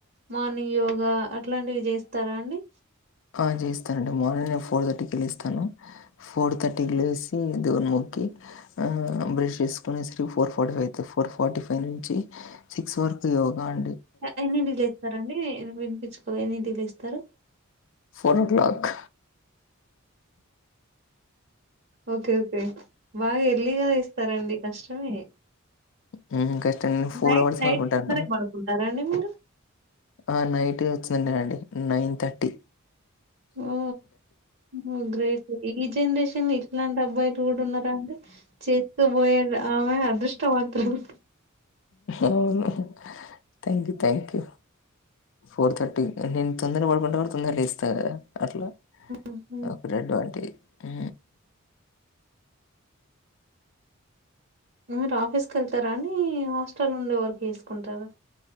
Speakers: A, on the right; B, on the left.
A: మార్నింగ్ యోగా అట్లాంటివి చేస్తారా అండి
B: ఆ చేయిస్తానండి మార్నింగ్ నేను ఫోర్ థర్టీకిి లేస్తాను ఫోర్ థర్టీకి లేసి దేవుని మొక్కి ఆ బ్రష్ చేసుకు మిశ్రు ఫోర్ ఫార్టీ ఫైవ్ అయితే ఫోర్ ఫార్టీ ఫైవ్ నుంచి సిక్స్ వరకు యోగా అం
A: ఎన్నింటికి లెతరండి వినిపించుకోలె ఎన్నింటికి లేస్తారు.
B: Four o'clock
A: okay okay వాఏర్ లీగా ఇస్తారండి కష్టమే
B: హ్మ్. కష్టం.
A: నైట్
B: అవర్స్
A: నైట్
B: పడుకుంటాను.
A: ముందరే పడుకుంటారా అండి మీరు.
B: ఆ నైట్ వచ్చిండె హండి నైన్ థర్టీ
A: ఓ ఉ గ్రేట్ ఈ జనరేషన్ ఇట్లాంటి అబ్బాయిలు కూడా ఉన్నారా అంటే చేసుకోబోయారు ఆమె అదృష్టవం రుహము
B: అవును thank you thank you four thirty నేను తొందర పడుకుంటా కూడా తొందర లేస్తా అట్లా
A: హుహు.
B: అ బ్రేడ్ వంటి ఆ
A: మీరు ఆఫీస్కి వెళ్తారా అని హాస్టల్ నుండే వర్క్ చేసుకుంటారా.